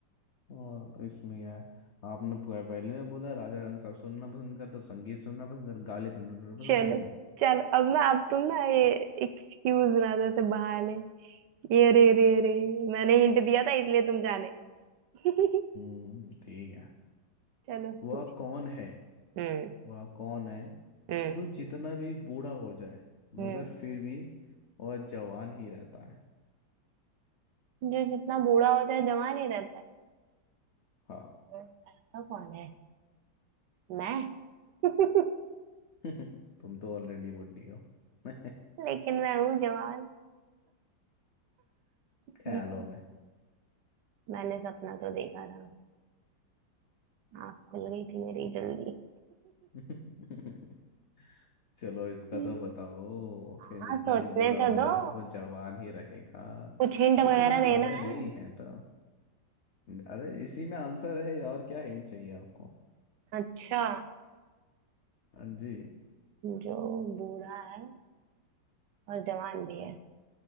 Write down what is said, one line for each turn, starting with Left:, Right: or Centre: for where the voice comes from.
Left: और इसमें क्या है आपने प- पहले में बोला राजा रंग साहब सुनना पसंद करते तो संगीत सुनना पसंद कर गाले तो सुनना पसंद
Right: चलो
Left: करेंगे
Right: चलो अब ना अब तुम ना ये एक्सक्यूज ना दो तो बहाने ये रे रे रे मैंने हिंट दिया था इसलिए तुम जाने <laughs>
Left: हम्म ठीक है
Right: चलो
Left: वह
Right: पूछो
Left: कौन है
Right: हम्म
Left: वह कौन है
Right: हम्म
Left: जो जितना भी बूढ़ा हो जाए
Right: हम्म
Left: मगर फिर भी और जवान ही रहता है
Right: जो जितना बूढ़ा होता है जवान ही रहता है
Left: हाँ
Right: ऐसा कौन है मैं <laughs>
Left: <laughs> तुम तो ऑलरेडी बुढ़ी हो <laughs>
Right: लेकिन मैं हूँ जवान हम्म,
Left: ख्यालों में
Right: मैंने सपना तो देखा था आँख खुल गई थी मेरी जल्दी
Left: <laughs> चलो इसका
Right: <laughs>
Left: तो बताओ
Right: हाँ
Left: कि जितना
Right: सोचने
Left: भी बूढ़ा
Right: तो
Left: हो
Right: दो
Left: जाए वो जवान ही रहेगा
Right: कुछ हिंट वगैरह
Left: इतना समय
Right: देना
Left: नहीं
Right: है
Left: है तो अरे इसी में आंसर है और क्या हिंट चाहिए आपको
Right: अच्छा
Left: हाँ जी
Right: जो बूढ़ा है और जवान भी है